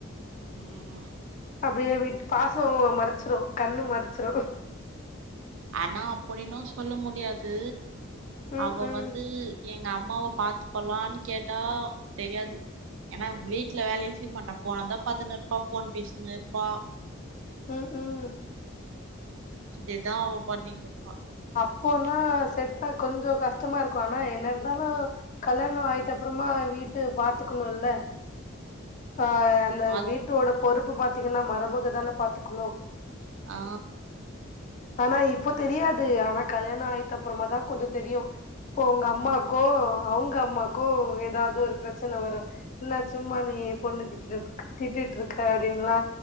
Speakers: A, on the right; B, on the left.
A: உம்
B: அப்படியே விட்டு பா சோ மறைச்சிரு கண்ணு மறைச்சிரு
A: ஆனா அப்படின்னு சொல்ல முடியாது
B: ம்
A: அவ
B: ம்
A: வந்து எ நா அம்மாவ பாத்தப்ல்லா கேட்டா தெரியாது ஏன்னா வீட்ல வேலயு செய்ய மாட்டா போன தா பாத்துன்னு இருப்பா போன் பேசின்னிருப்பா
B: உம் உம்
A: அத்தேதா அவ பண்ணிட்டு இருப்பா
B: அப்போனா செட்டா கொஞ்சோ கஷ்டமா இருக்கு ஆனா என்ன இருந்தாலு கல்யாண ஆயிட்டப்புறமா வீட்ட பாத்துக்கணுல்ல ஆ அந்த
A: பாத்
B: வீட்டோட பொறுப்பு பாத் தீங்னா மருமகதான பாத்துக்கணு
A: ஆ
B: ஆனா இப்ப தெரியாது ஆனா கல்யாண ஆயிட்ட அப்புறமா தா கொஞ்சு தெரியு இப்போ உங்க அம்மாக்கோ
A: ம்
B: அவங்க அம்மாக்கு ஏதாதொரு பிரச்சன வரு என்ன சும்மா நீ பொன்ன திட்டினதுக்கு திட்டிட்டுருக்க அப்படின்னுல்லா